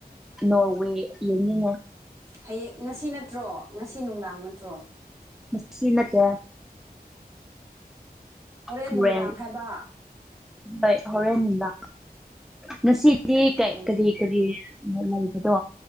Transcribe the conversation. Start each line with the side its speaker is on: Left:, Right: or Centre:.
Centre: ꯅꯣꯔꯋꯦ ꯌꯦꯡꯅꯤꯉꯦ
Right: ꯍꯌꯦꯛ ꯉꯁꯤ ꯅꯠꯇ꯭ꯔꯣ ꯉꯁꯤ ꯅꯨꯡꯗꯥꯡ ꯅꯠꯇ꯭ꯔꯣ
Centre: ꯉꯠꯆꯤ ꯅꯠꯇꯦ
Right: ꯑꯧꯔꯦꯟ
Centre: ꯍꯣꯔꯦꯟ
Right: ꯅꯨꯡꯗꯥꯡ ꯍꯥꯏꯕ
Centre: ꯍꯣꯏ ꯍꯣꯔꯦꯟ ꯅꯨꯡꯗꯥꯡ ꯉꯁꯤꯗꯤ
Right: ꯑꯗꯨꯅꯦ
Centre: ꯀꯩ ꯀꯔꯤ ꯀꯔꯤ ꯃꯂꯩꯕꯗꯣ